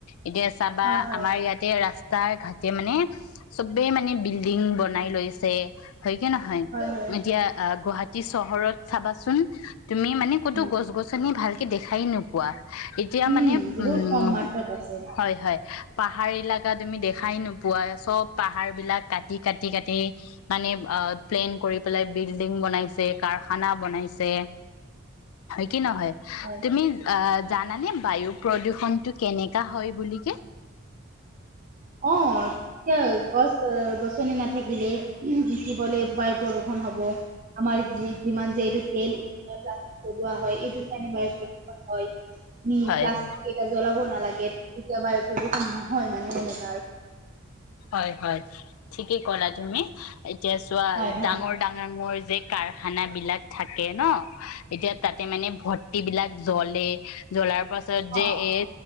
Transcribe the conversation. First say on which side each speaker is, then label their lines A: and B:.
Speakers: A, on the left; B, on the right.
A: এতিয়া চাবা,
B: হয় হয়
A: আমাৰ ইয়াতে ৰাস্তাই ঘাটে মানে, চবে মানে বিল্ডিং বনাই লৈছে। হয় কি নহয়,
B: হয়
A: এতিয়া গুৱাহাটী চহৰত চাবাচোন, তুমি মানে ক'তো
B: হয়
A: গছ গছনি ভাল দেখাই নো, পোৱা, এতিয়া
B: উম,
A: মানে
B: বহুত
A: উম',
B: কম মাত্ৰাত আছে
A: হয়, হয়। পাহাৰ এলাকা তুমি দেখাই নোপোৱা চব পাহাৰ বিলাক কাটি, কাটি, কাটি মানে অ প্লেন কৰি পেলাই বিল্ডিং বনাইছে কাৰখানা বনাইছে। কি নহয়,
B: হয়।
A: তুমি, অ' জানানে বায়ু প্ৰদূষণটো কেনেকা হয় বুলি কে
B: অ', গছ গছনি নাথাকিলে দিবলে বায়ু প্ৰদূষণ হব, আমাৰ যিমান যে এইটো তেল প্লাষ্টিক পলোৱা হয়, এইটো, হয়। নি
A: হয়
B: প্লাষ্টিকেইটা
A: হয়
B: জ্বলাব, নালাগে, তেতিয়া বায়ু প্ৰদূষণ নহয় মানে এনেকে।
A: হয়, হয় ঠিকেই ক'লা তুমি। এতিয়া চোৱা
B: হয়, হয়।
A: ডাঙৰ, ডাঙৰ মই, যে কাৰখানা বিলাক থাকে ন', এতিয়া তাতে মানে ভৰ্তি বিলাক জ্বলে জ্বলাৰ তাৰ পাছত
B: অ,
A: যে এই,